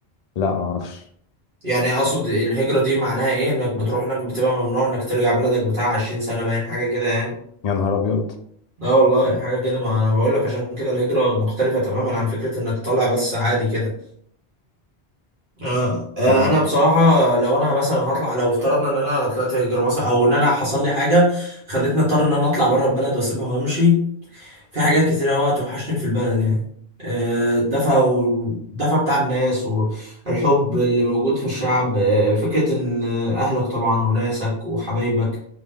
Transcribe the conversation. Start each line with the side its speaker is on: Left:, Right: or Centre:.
Left: لا ما اعرفش
Right: يعني اقصد الهجرة دي معناها ايه انك بتروح هناك بتبقى ممنوع انك ترجع بلدك بتاع 20 سنة باين حاجة كده يعني
Left: يا نهار ابيض
Right: لا والله حاجة كده ما أنا بقول لك عشان كده الهجرة مختلفة تماما عن فكرة إنك طالع بس عادي كده آه. آه
Left: انا ما
Right: أنا بصراحة لو أنا مثلا هطلع لو افترضنا إن أنا طلعت هجرة مثلا أو إن أنا حصل لي حاجة خلتني أضطر إن أنا أطلع بره البلد وأسيبها وأمشي في حاجات كتير أوي هتوحشني في البلد يعني آه، الدفى والدفى بتاع الناس والحب اللي موجود في الشعب آه، فكرة إن أهلك طبعا وناسك وحبايبك